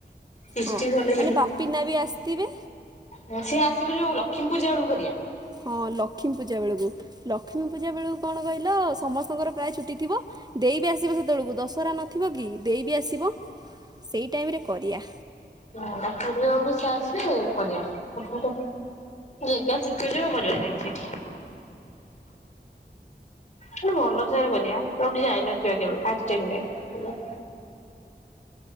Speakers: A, on the left (about 40°); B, on the right (about 20°).
A: ସୃଷ୍ଟି
B: ହଁ
A: କଲେ
B: ମାନେ ବାପିନା ବି ଆସଥିବେ।
A: ହଁ ସିଏ ଆସିବେ ଯୋଉ ଲକ୍ଷ୍ମୀ ପୂଜା ବେଳକୁ କରିଆ।
B: ହଁ ଲକ୍ଷ୍ମୀ ପୂଜା ବେଳକୁ ଲକ୍ଷ୍ମୀ ପୂଜା ବେଳକୁ କଣ କହିଲ ସମସ୍ତଙ୍କର ପ୍ରାୟେ ଛୁଟି ଥିବ। ଦେଇ ବି ଆସିବ ସେତବେଳକୁ ଦଶହରା ନଥିବ କି ଦେଇ ବି ଆସିବ ସେଇ ଟାଇମ ରେ କରିଆ।
A: ହୁଁ ଲକ୍ଷ୍ମୀ ପୂଜା ବେଳକୁ ସିଏ ଆସିବେ କରିଆ <unintelligible> ଜାଗା ଠିକ୍ କରିବ କରିବା ଯାଇକି ସେଇଠି। ହୁଁ ଭଲ ଜାଗା ରେ କରିଆ ଯୋଉଠି ଯାଇନଥିବା କେବେ ଫାର୍ଷ୍ଟ ଟାଇମ ପାଇଁ।